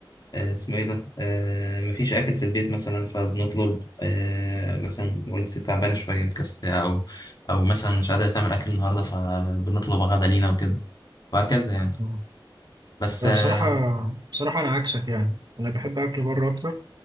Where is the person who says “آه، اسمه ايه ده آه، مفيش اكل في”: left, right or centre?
Left